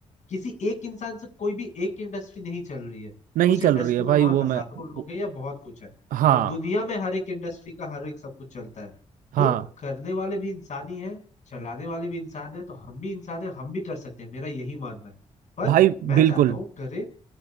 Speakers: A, on the left; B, on the right.
A: किसी एक इंसान से कोई भी एक इंडस्ट्री नहीं चल रही है
B: नहीं
A: उस
B: चल
A: इंडस्ट्री
B: रही है
A: में
B: भाई
A: वहां
B: वो
A: हजारों
B: मैं
A: लोग
B: वो-
A: हैं या बहुत कुछ है
B: हाँ
A: और दुनिया में हर एक इंडस्ट्री का हर एक सब कुछ चलता है तो
B: हाँ
A: करने वाले भी इंसान ही है चलाने वाले भी इंसान है तो हम भी इंसान है हम भी कर सकते हैं मेरा यही मानना है पर
B: भाई
A: मैं
B: बिल्कुल
A: चाहता हूँ करे